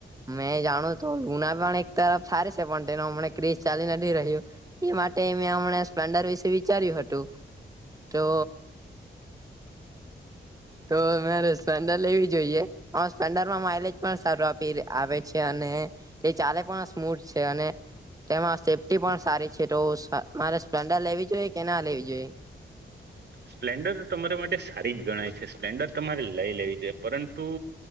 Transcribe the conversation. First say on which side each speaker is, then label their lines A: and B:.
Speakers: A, on the right (about 15°); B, on the right (about 60°).
A: મેં જાણું તો ઉના પણ એક તરફ સારી છે, પણ તેનો હમને ક્ર્રીઝ ચાલી નથી રહ્યો. એ માટે મેં હમણા સ્પ્લેન્ડર વિશે વિચાર્યું હતું તો તો મેરેપેડા લેવી જોઈએ સ્પન્ડરમાં માઇલેજ પણ સારું આપી આવે છે અને તે ચાારે પણ સ્મૂથ છે અને તેમાં સેફ્ટી પણ સારી છે, તો મારે સ્પ્લેન્ડર લેવી જોઈએ કે ના લેવી જોઈએ?
B: સ્પ્લેન્ડર તો તમારા માટે સારી જ ગણાય છે. સ્પ્લેન્ડર તમારે લઈ લેવી જોઈ પરંતુ